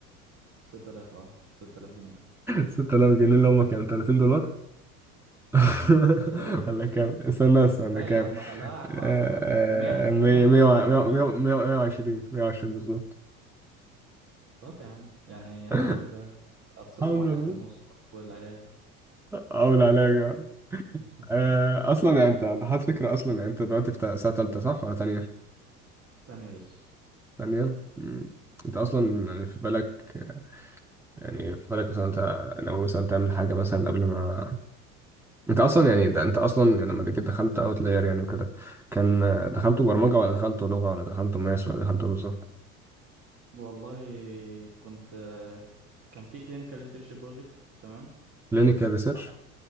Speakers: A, on the right; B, in the centre.
A: 6000 اه 6000 جنيه
B: 6000 <laughs> جنيه اللي هم كام 30 دولار <laughs>
A: تقري
B: ولا كام استنى
A: آه،
B: استنى
A: لا
B: كام
A: يا عم لا يا عم
B: آه،
A: اكتر من 100 و
B: آه، مية-
A: 105
B: مية وع-
A: او 110
B: مية- مية- وعشرين، مية- 120 120 بالظبط
A: طب يا عم يعني الحمد
B: <laughs>
A: لله اتصرفوا
B: الحمد
A: مع الاكل
B: لله
A: والمواصلات والعلاج
B: اول
A: انت فاهم
B: عليا يا جماعة.
A: <laughs>
B: آه، اصلا يعني انت ضحت فكره اصلا يعني انت دلوقتي في تا- سنه تالته صح ولا تانيه
A: تانية لسه
B: تانيه مم. انت اصلا يعني في بالك يعني في بالك مثلا انت لو مثلا تعمل حاجه مثلا قبل ما انت اصلا يعني ده انت اصلا يعني لما جيت دخلت اوت لاير يعني وكده كان آه، دخلته برمجه ولا دخلته لغه ولا دخلته ماس ولا دخلته إيه بالظبط
A: والله كنت كان في clinical research project تمام
B: كلينيكال
A: فكنت
B: ريسيرش